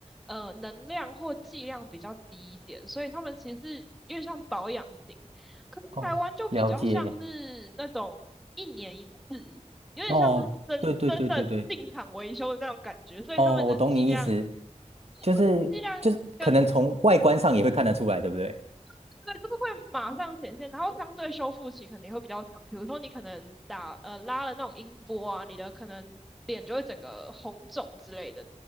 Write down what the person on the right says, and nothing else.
哦，了解。
哦，对对对对对，
哦，我懂你意思，
就是就是可能从外观上也会看得出来，
对不对？